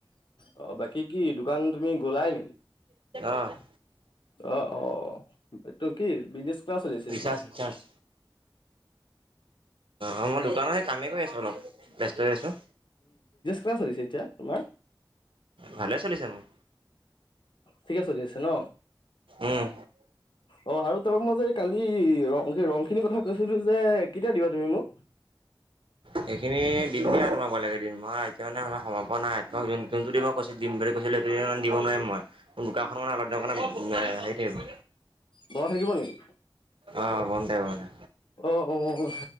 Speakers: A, on the left; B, on the right.
A: অ বাকী কি দোকান তুমি গলাই নেকি
B: আহ <unintelligible>
A: অ অ এইটো কি বিজনেছ কেনেকা চলি আছে
B: ৰিচাৰ্চ
A: এতিয়া
B: ৰিচাৰ্চ অ অ মই দোকানতহে কামেই কৰি আছোঁ অলপ ব্যস্ত হৈ আছোঁ
A: পোৰা চলিছে এতিয়া তোমাৰ
B: ভালে চলিছে মোৰ
A: ঠিকে চলি আছে ন
B: উম
A: অ আৰু তই মৰযে কালি ৰং সেই ৰং খিনিৰ কথা কৈছিলো যে কেতিয়া দিবা তুমি মোক
B: সেইখিনি দিম দে আৰু তোমাক বেলেগ এদিন মই এতিয়া মানে সময় নাই তোমাক যোন যোন টিমক কৈছি দিম বুলি কৈছিলো সেই দিব নোৱাৰিম মই, মোৰ দোকখনো মানে অলপ দিনৰ কাৰণে হেৰি থাকিব
A: বন্ধ থাকিব নেকি
B: অ বন থাকিব মানে
A: অ অ মোৰ